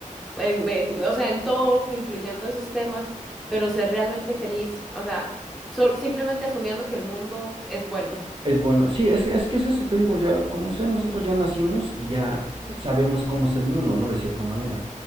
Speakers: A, in the centre; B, on the right.
A: en- en- o sea, en todo, incluyendo esos temas, pero ser realmente feliz, o sea, sol- simplemente asumiendo que el mundo es bueno.
B: Es bueno. Sí, es, es que es eso, te digo, ya, como sea, nosotros ya nacimos y ya
A: Ujú.
B: sabemos cómo es el mundo, ¿no? De cierta manera.